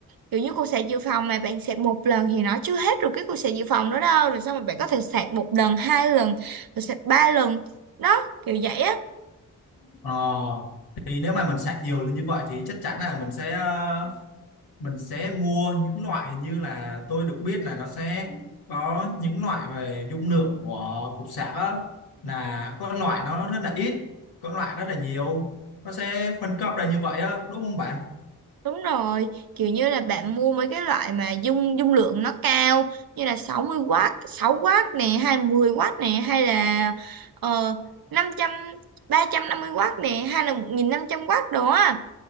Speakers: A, on the right (about 65°); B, on the left (about 70°).
A: kiểu như cục sạc dự phòng mà bạn sạc một lần thì nó chưa hết rồi cái cục sạc dự phòng đó đâu rồi sao mà bạn có thể sạc một lần hai lần rồi sạc ba lần đó kiểu vậy á
B: Ờ, thì nếu mà mình sạc nhiều lên như vậy thì chắc chắn là mình sẽ ờ, mình sẽ mua những loại hình như là tôi được biết là nó sẽ có những loại về dung lượng của cục sạc á là có loại nó rất là ít, có loại rất là nhiều. Nó sẽ phân cấp ra như vậy á, đúng không bạn?
A: đúng rồi kiểu như là bạn mua mấy cái loại mà dung dung lượng nó cao như là 60W 6W nè hai mươi w nè hay là ờ, năm trăm, ba trăm năm mươi w nè hay là 1500W đồ á